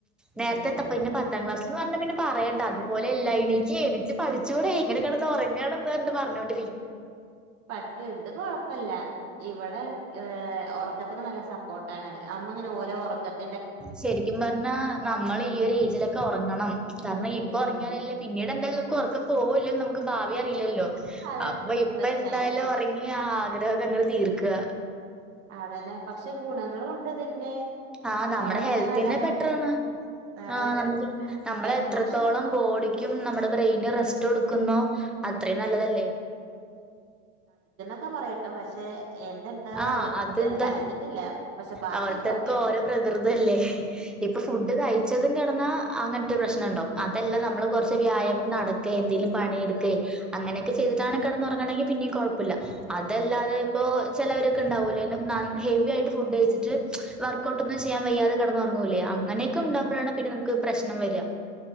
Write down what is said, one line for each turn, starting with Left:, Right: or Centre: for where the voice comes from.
Centre: നേരത്തെത്തപ്പിന്നെ
Right: ഉം
Centre: പത്താം ക്ലാസ് ന്ന് പറഞ്ഞാ പിന്ന പറയണ്ട അതുപോലെല്ല എണീക്കെയ് എണീച്ച് പഠിചൂടെ ഇങ്ങനെ കിടന്ന് ഉറങ്ങണംന്ന് പറഞ്ഞ് പറഞ്ഞോണ്ട്
Right: പക്ഷെ ഇത്‌ കൊഴ പ്പല്ല ഇവിടെ ഏ ഉറക്കത്തിന് നല്ല സപ്പോർട്ടാണ് അമ്മങ്ങനെ ഓരോ ഒറക്കത്ത്
Centre: ശരിക്കും പറഞ്ഞാ നമ്മൾ ഈ ഒരു ഏജിലൊക്കെ ഒറങ്ങണം കാരണം
Right: ഉം
Centre: ഇപ്പൊ ഉറങ്ങിയാലല്ലേ പിന്നീട് എന്തായാലും പോവോല്ലെന്ന് നമുക്ക് ഭാവി അറിയില്ലല്ലോ
Right: അതെ
Centre: അപ്പൊ
Right: സ്ലീപ്ലെസ്
Centre: ഇപ്പ എന്തായാലും
Right: നൈറ്റ്
Centre: ഉറങ്ങി ആ ആഗ്രഹക്കങ്ങട് തീർ ക്കാ
Right: അതന്നെ പക്ഷെ ഗുണങ്ങളുണ്ട് ഇതിന്റെ
Centre: ആഹ് നമ്മുടെ
Right: ഒറങ്ങിയാ
Centre: ഹെൽത്തിന്
Right: നല്ലതാണ്
Centre: ബെറ്ററാണ്
Right: അതെ
Centre: ആഹ് <unintelligible> നമ്മള്
Right: എ
Centre: എത്രത്തോളം
Right: പക്ഷെ
Centre: ബോഡിക്കും നമ്മുടെ ബ്രെയിനും റെസ്റ്റ് കൊ ക്കുന്നോ അത്രയും നല്ലതല്ലേ
Right: ഒക്കെ പറയുട്ടോ പക്ഷേ എന്റെന്താന്ന്
Centre: ആ
Right: അറിയില്ല
Centre: അതെന്താ
Right: ഇത് വരെ തട്ത്ത്ട്ടില്ല പക്ഷെ ബാക്കിയൊക്കെ
Centre: ഓരോരുത്തർക്കും
Right: ഓക്കെണ്
Centre: ഓരോ പ്രകൃതല്ലേ ഇപ്പൊ ഫുഡ് കയ്ച്ചതും കെടന്നാ അങ്ങനത്തെ പ്രശ്നണ്ടാവും അതെല്ലാ നമ്മള് കുറച്ച്
Right: ഉം
Centre: വ്യായാമം നട എതേലും പണിയെടുക്കേ അങ്ങനെയൊക്കെ
Right: ഉം
Centre: ചെയ്തിട്ടാണ് കിടന്ന്ഒറ ങ്ങാണെങ്കി പിന്നെം കുഴപ്പുല്ല അതല്ലാതെ ഇപ്പോ ചെലവരൊക്കെണ്ടാവുലേ നന്നാ ഹെവി ആയിട്ട് ഫുഡയ്ച്ചിട്ട് വർക്ക്ഔട്ടൊന്നും ചെയ്യാൻ വയ്യാതെ കെടന്ന്റങ്ങൂലേ ആ അങ്ങനെയൊക്കെ ഉണ്ടാമ്പോഴാണ് പിന്നെ നമക്ക് പ്രശ്നം വരാ